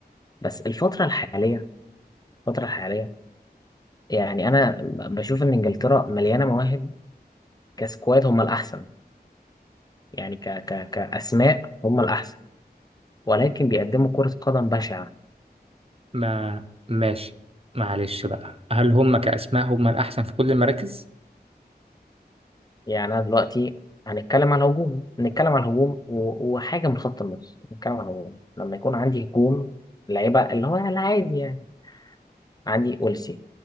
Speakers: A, on the left (about 25°); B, on the right (about 35°).
A: بس الفترة الحالية الفترة الحالية يعني أنا ب- بشوف إن إنجلترا مليانة مواهب كسكواد هم الأحسن يعني ك ك كأسماء هم الأحسن ولكن بيقدموا كرة قدم بشعة
B: ما ماشي معلش بقى هل هم كأسماء هم الأحسن في كل المراكز؟
A: يعني أنا دلوقتي هنتكلم على الهجوم نتكلم على الهجوم و- وحاجة من خط النص نتكلم على الهجوم لما يكون عندي هجوم لعيبة اللي هو العادي عندي ألسي